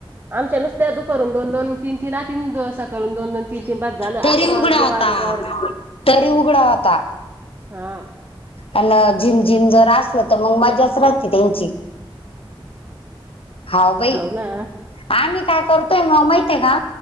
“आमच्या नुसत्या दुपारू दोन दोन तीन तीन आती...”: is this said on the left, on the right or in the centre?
Right